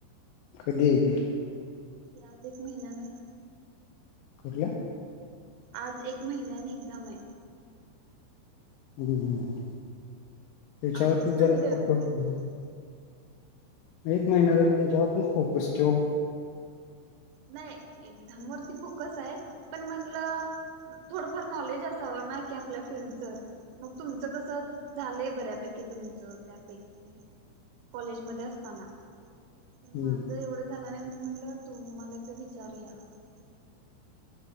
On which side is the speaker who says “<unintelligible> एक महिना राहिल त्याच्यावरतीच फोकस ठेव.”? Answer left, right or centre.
Left